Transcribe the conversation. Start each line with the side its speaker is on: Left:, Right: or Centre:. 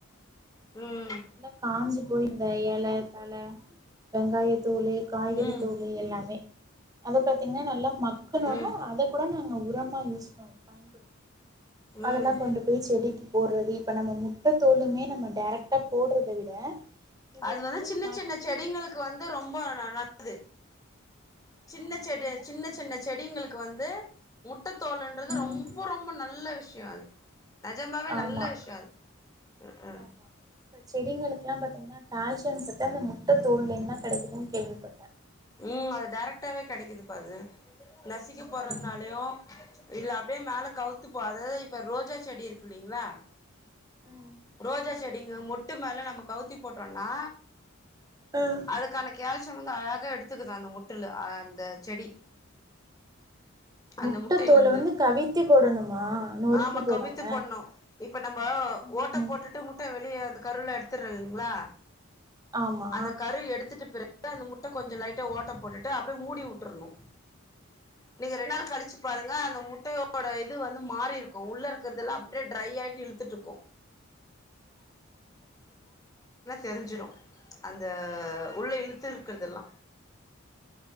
Left: ம்
Right: நல்லா காஞ்சு போய் இந்த இல தல வெங்காய தோலு காய்கறி
Left: ம் ம்
Right: தோலு எல்லாமே அத பாத்தீங்னா நல்லா மக்ணோன
Left: ம்
Right: அத கூட நாங்க உரமா யூஸ் பண் அதல்லா
Left: ம்
Right: கொண்டு போய் செடிக்கு போடு றது இப்ப நம்ம முட்ட தோலுமே நம்ம டேரக்டா போடுறத விட இதே
Left: அது வந்து
Right: மாரி
Left: சின்ன
Right: மக்கி
Left: சின்ன செடிங்களுக்கு வந்து ரொம்ப நல்லது சின்ன
Right: ஆமா
Left: செடி
Right: இதே மாரி
Left: சின்ன
Right: நம்ம
Left: சின்ன
Right: மக்கி
Left: செடிங்களுக்கு வந்து முட்டத்தோலுன்றது
Right: ம்
Left: ரொம்ப ரொம்போ ரொம்போ நல்ல விஷயம் அது நிஜமாவே
Right: ஆமா
Left: நல்ல விஷயம் அது
Right: ஆமா இப்ப செடிங்களுக்கு எல்லா பாத்தீங்கன்னா கால்சியம் சத்து அந்த முட்ட தோல் இருந்துதா கிடைக்குதுன்னு கேள்விப்பட்ட
Left: ம் அது டேரெக்ட்டாவே கிடைக்குது பா அது நசுக்கி
Right: ம்
Left: போறதுனாலு
Right: ம்
Left: இல்ல அப்டியே மேலே கவுத்துப்போ அதாவது இப்ப ரோஜா செடி இருக்கு இல்லைங்ளா
Right: ம்
Left: ரோஜா செடிங்க மொட்டு மேல நம்ம கவுத்தி போட்டோனா
Right: ம்
Left: அதுக்கான கோல்சியம் வந்து அழகா எடுத்துக்குது அந்த மொட்டுல அந்த செடி
Right: முட்ட
Left: அந்த முட்டையிலருந்து
Right: தோலு வந்து கவித்தி போடணுமா நொறுக்கி
Left: ஆமா
Right: போடாம
Left: கவித்து போட்ணும் இப்ப நம்ம
Right: ம்
Left: ஓட்ட
Right: ம்
Left: போட்டுட்டு முட்ட வெளிய அந்த கருல எடுத்துற இல்லைங்ளா
Right: ஆமா
Left: அந்த கரு எடுத்துட்டு பிறகு அந்த முட்ட கொஞ்சோ லைட்டா ஓட்ட போட்டுட்டு அப்டியே மூடி விட்டுருணு நீங்க ரெண்டு நாள் கழிச்சி பாருங்க அந்த முட்டையோட இது வந்து மாரி இருக்கு உள்ள இருக்கிறதுதெல்லா அப்டியே ட்ரை ஆயிட்டு இழுத்துட்டு இருக்கு தெரிஞ்சிரு அந்த உள்ள இழுத்து இருக்கறதுதெல்லா